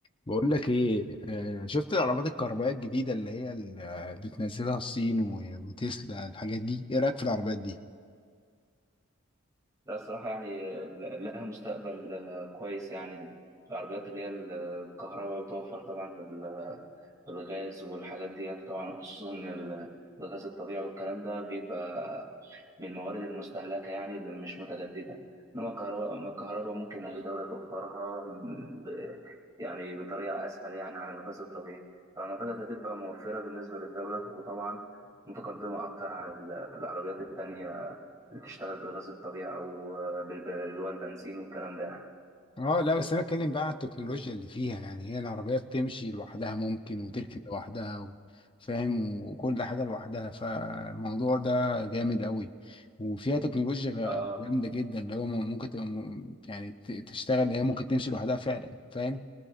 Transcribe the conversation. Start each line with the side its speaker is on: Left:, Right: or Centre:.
Left: بقول لك ايه آه، شفت العربات الكهربائيه الجديده اللي هي اللي بتنزلها الصين و- وتسلا الحاجات دي ايه رايك في العربيات دي
Right: لا الصراحة يعني ال- لها مستقبل آه، كويس يعني العربيات اللي هي ال- الكهرباء بتوفر طبعا في ال- في الغاز والحاجات دي طبعا خصوصا إن ال- الغاز الطبيعي والكلام ده بيبقى من الموارد المستهلكة يعني اللي مش متجددة إنما الكهرباء الكهرباء ممكن أي دولة توفرها م- ب- يعني بطريقة أسهل يعني عن الغاز الطبيعي فأعتقد هتبقى موفرة بالنسبة للدولة وطبعا متقدمة أكتر عن ال- العربيات التانية بتشتغل بالغاز الطبيعي او بالب- اللي هو البنزين والكلام ده يعني.
Left: اه لا بس انا اتكلم بقى عن التكنولوجيا اللي فيها يعني هي العربيه بتمشي لوحدها ممكن وتركن لوحدها و- فاهم وكل حاجه لوحدها فالموضوع ده جامد قوي وفيها تكنولوجيا
Right: اه
Left: جامده جدا اللي هو ممكن تبقى م- يعني ت- تشتغل اللي هي ممكن تمشي لوحدها فعلا فاهم